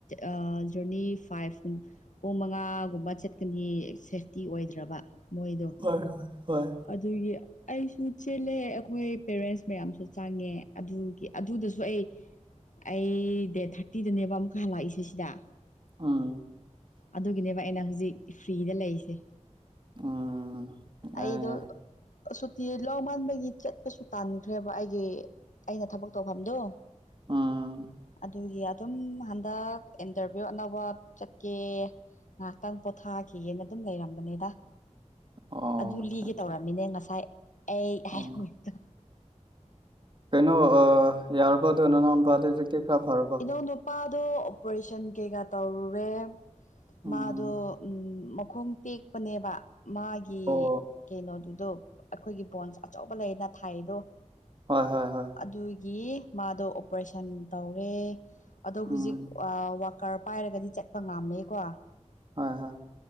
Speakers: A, on the left (about 80°); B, on the right (about 40°).
A: ꯑꯥ ꯖꯔꯅꯤ ꯐꯥꯏꯐ ꯀꯨꯝ ꯄꯨꯡ ꯃꯉꯥꯒꯨꯝꯕ ꯆꯠꯀꯅꯤ ꯁꯦꯐꯇꯤ ꯑꯣꯏꯗ꯭ꯔꯕ ꯃꯣꯏꯗꯣ
B: ꯍꯣꯏ ꯍꯣꯏ ꯍꯣꯏ
A: ꯑꯗꯨꯒꯤ ꯑꯩꯁꯨ ꯆꯦꯜꯂꯦ ꯑꯩꯈꯣꯏ ꯄꯦꯔꯦꯟꯁ ꯃꯌꯥꯝꯁꯨ ꯆꯪꯉꯦ ꯑꯗꯨꯒꯤ ꯑꯗꯨꯗꯁꯨ ꯑꯩ ꯑꯩ ꯗꯦꯠ ꯊꯥꯔꯇꯤꯗꯅꯦꯕ ꯑꯃꯨꯛꯀ ꯍꯜꯂꯛ ꯏꯁꯦ ꯁꯤꯗ
B: ꯎꯝ
A: ꯑꯗꯨꯒꯤꯅꯦꯕ ꯑꯩꯅ ꯍꯧꯖꯤꯛ ꯐ꯭ꯔꯤꯗ ꯂꯩꯔꯤꯁꯦ
B: ꯎꯝ ꯌꯥꯏ
A: ꯑꯩꯗꯣ
B: ꯌꯥꯏ
A: ꯁꯨꯇꯤ ꯂꯧꯃꯥꯟꯕꯒꯤ ꯆꯠꯄꯁꯨ ꯇꯥꯟꯈ꯭ꯔꯦꯕ ꯑꯩꯒꯤ ꯑꯩꯅ ꯊꯕꯛ ꯇꯧꯐꯝꯗꯣ
B: ꯑꯝ
A: ꯑꯗꯨꯒꯤ ꯑꯗꯨꯝ ꯍꯟꯗꯛ ꯏꯟꯇꯔꯚꯤꯌꯨ ꯑꯅꯧꯕ ꯆꯠꯀꯦ ꯉꯥꯛꯇꯪ ꯄꯣꯊꯥꯈꯤꯒꯦꯅ ꯑꯗꯨꯝ ꯂꯩꯔꯝꯕꯅꯤꯗ
B: ꯑꯣ
A: ꯑꯗꯨ
B: ꯑꯆꯥ
A: ꯂꯤꯒꯦ
B: ꯑꯆꯥ
A: ꯇꯧꯔꯝꯃꯤꯅꯦ ꯉꯁꯥꯏ ꯑꯩ ꯍꯥꯏꯔꯝꯃꯤꯗꯣ
B: ꯑꯣ ꯀꯩꯅꯣ ꯑꯥ ꯌꯥꯔꯕ ꯑꯗꯨ ꯅꯅꯥꯎꯄꯥꯗꯣ ꯍꯧꯖꯤꯛꯇꯤ ꯈꯔ ꯐꯥꯔꯕꯣ
A: ꯏꯅꯧ ꯅꯨꯄꯥꯗꯣ ꯑꯣꯄꯔꯦꯁꯟ ꯀꯩꯀꯥ ꯇꯧꯔꯨꯔꯦ
B: ꯎꯝ
A: ꯃꯥꯗꯣ ꯃꯈꯣꯡ ꯇꯦꯛꯄꯅꯦꯕ ꯃꯥꯒꯤ
B: ꯑꯣ
A: ꯀꯩꯅꯣꯗꯨꯗꯣ ꯑꯩꯈꯣꯏꯒꯤ ꯕꯣꯟꯁ ꯑꯆꯧꯕ ꯂꯩꯌꯦꯅ ꯊꯥꯏꯗꯣ
B: ꯍꯣꯏ ꯍꯣꯏ ꯍꯣꯏ
A: ꯑꯗꯨꯒꯤ ꯃꯥꯗꯣ ꯑꯣꯄꯔꯦꯁꯟ ꯇꯧꯔꯦ ꯑꯗꯣ ꯍꯧꯖꯤꯛ
B: ꯎꯝ
A: ꯋꯥ ꯀꯔ ꯄꯥꯏꯔꯒꯗꯤ ꯆꯠꯄ ꯉꯝꯃꯦꯀꯣ
B: ꯍꯣꯏ ꯍꯣꯏ